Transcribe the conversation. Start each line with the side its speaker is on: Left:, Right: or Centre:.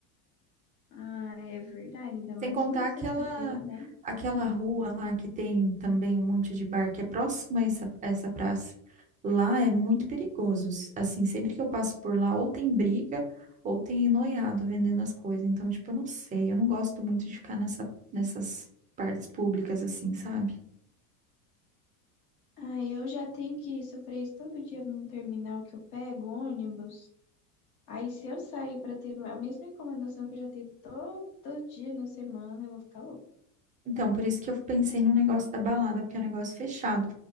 Left: Ah, é verdade, ainda mais
Right: Sem contar
Left: uma sexta-feira,
Right: aquela
Left: né?
Right: aquela rua lá que tem também um monte de bar que é próxima a essa, a essa praça. Lá é muito perigoso. s- Assim, sempre que eu passo por lá, ou tem briga, ou tem noiado vendendo as coisas. Então, tipo, eu não sei. Eu não gosto muito de ficar nessa, nessas partes públicas, assim, sabe?
Left: Ah, eu já tenho que sofrer isso todo dia num terminal que eu pego ônibus. Aí, se eu sair pra ter a mesma encomendação que eu já tenho todo dia na semana, eu vou ficar louca.
Right: Então, por isso que eu pensei no negócio da balada, porque é um negócio fechado.